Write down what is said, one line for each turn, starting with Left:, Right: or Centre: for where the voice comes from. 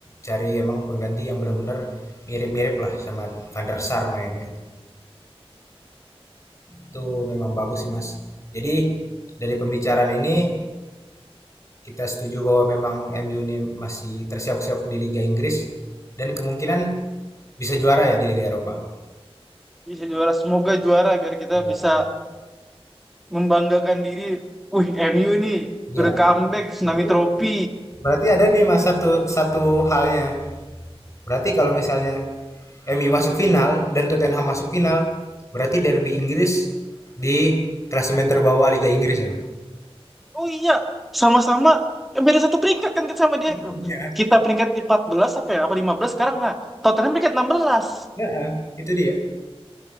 Left: cari emang pengganti yang benar-benar mirip-mirip lah sama Van der Sar mainnya. Itu memang bagus sih, Mas. Jadi dari pembicaraan ini kita setuju bahwa memang MU ini masih tersiok-siok di Liga Inggris dan kemungkinan bisa juara ya di Liga Eropa.
Centre: bisa juara semoga juara biar kita
Left: Iya.
Centre: bisa membanggakan diri wih MU nih
Left: Iya.
Centre: udah comeback tsunami
Left: Berarti
Centre: trofi
Left: berarti ada nih Mas satu satu halnya Berarti kalau misalnya MU masuk final dan Tottenham masuk final, berarti derby Inggris di klasemen terbawah Liga Inggris ya, Mas?
Centre: oh iya sama-sama eh, beda satu peringkat kan kita sama dia
Left: Iya.
Centre: kita peringkat di 14 apa ya apa 15 sekarang nah Tottenham peringkat enam belas
Left: Heeh, itu dia.